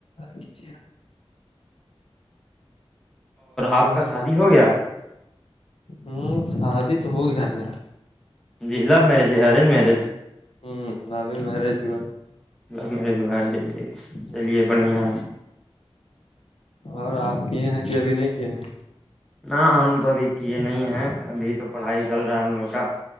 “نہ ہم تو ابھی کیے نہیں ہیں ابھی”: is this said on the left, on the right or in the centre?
Centre